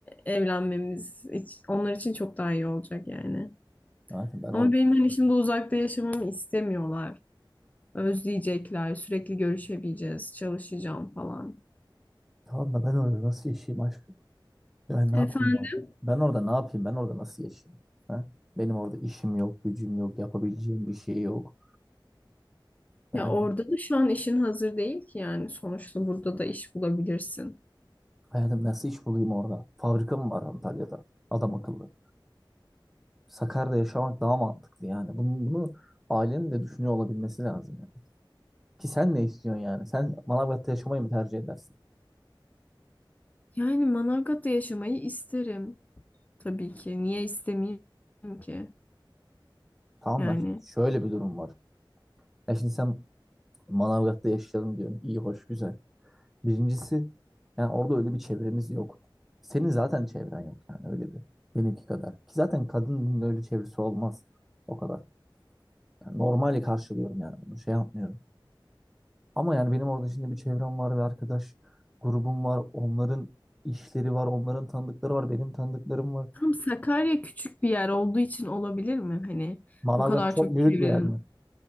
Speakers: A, on the left; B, in the centre.
A: evlenmemiz hiç- onlar için çok daha iyi olacak yani.
B: Hayatım ben orada.
A: Ama benim hani şimdi uzakta yaşamamı istemiyorlar. Özleyecekler, sürekli görüşebileceğiz, çalışacağım falan.
B: Tamam da ben orada nasıl yaşayayım aşkım? Ya Ben ne
A: Efendim
B: yapayım ya? Ben orada ne yapayım? Ben orada nasıl yaşayayım? Ha? Benim orada işim yok, gücüm yok, yapabileceğim bir şey yok. Yani
A: ya orada da şu an işin hazır değil ki yani sonuçta burada da iş bulabilirsin.
B: hayatım nasıl iş bulayım orada? Fabrika mı var Antalya'da? Adam akıllı. Sakarya'da yaşamak daha mantıklı yani. Bunu, bunu ailenin de düşünüyor olabilmesi lazım yani. Ki sen ne istiyorsun yani? Sen Manavgat'ta yaşamayı mı tercih edersin?
A: Yani Manavgat'ta yaşamayı isterim. Tabii ki. Niye istemeyeyim ki?
B: Tamam
A: Yani
B: da şöyle bir durum var. Ya şimdi sen Manavgat'ta yaşayalım diyorsun. İyi, hoş, güzel. Birincisi yani orada öyle bir çevremiz yok. Senin zaten çevren yok yani öyle bir. Benimki kadar. Ki zaten kadının öyle çevresi olmaz o kadar. Yani normali karşılıyorum yani onu şey yapmıyorum. Ama yani benim orada şimdi bir çevrem var ve arkadaş grubum var. Onların işleri var, onların tanıdıkları var, benim tanıdıklarım var.
A: tam Sakarya küçük bir yer olduğu için olabilir mi? Hani
B: Manavgat
A: bu kadar
B: çok
A: çok
B: büyük
A: çevrenin.
B: bir yer mi?